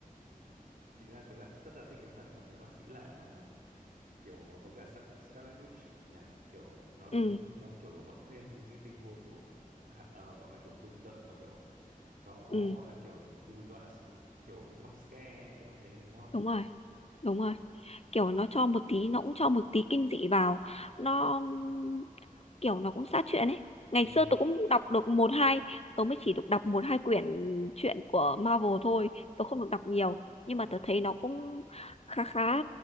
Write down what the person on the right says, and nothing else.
Chính ra tớ lại rất là thích cái phần mà kiểu bác sĩ lạ mà kiểu với cả Scar- Scarlet Witch nhỉ, kiểu nó đúng
nó kiểu vẫn thêm những cái tình huống kiểu hạ- ờ, gọi là kiểu rùng rợn và kiểu có
gọi là kiểu hù dọa sự kiểu jump scare ấy, kiểu thế đúng không?
Ừ,
ừ,